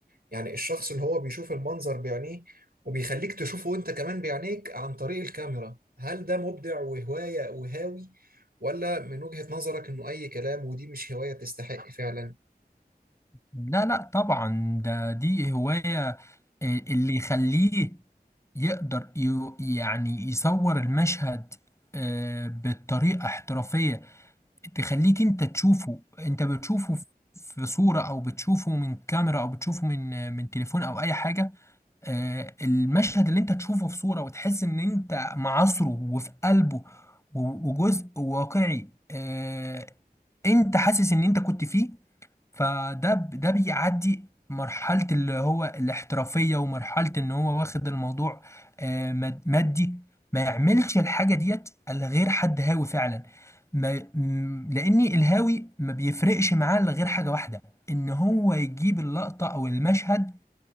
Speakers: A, on the right (about 65°); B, on the left (about 15°).
A: يعني الشخص اللي هو بيشوف المنظر بعينيه وبيخليك تشوفه وانت كمان بعينيك عن طريق الكاميرا هل ده مبدع وهواية وهاوي ولا من وجهة نظرك انه اي كلام ودي مش هواية تستحق فعلا
B: لا لا طبعا ده دي هواية آه، اللي يخليه يقدر ي- يعني يصور المشهد آه، بطريقة احترافية تخليك انت تشوفه انت بتشوفه ف- في صورة او بتشوفه من كاميرا او بتشوفه من من تليفون او اي حاجة آه، المشهد اللي انت تشوفه في صورة وتحس ان انت معاصره وفي قلبه و- وجزء واقعي آه، انت حاسس ان انت كنت فيه فده ده بيعدي مرحلة اللي هو الاحترافية ومرحلة ان هو واخد الموضوع آه، ماد- مادي ما يعملش الحاجة ديت الا غير حد هاوي فعلا ما م- لاني الهاوي ما بيفرقش معاه الا غير حاجة واحدة ان هو يجيب اللقطة او المشهد